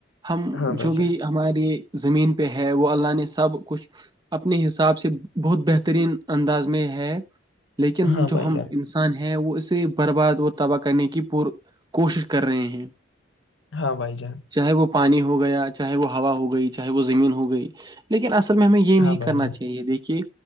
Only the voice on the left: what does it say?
ہاں بھائی
جان
ہاں
بھائی
جان
ہاں بھائی جان
ہاں
بھائی
جان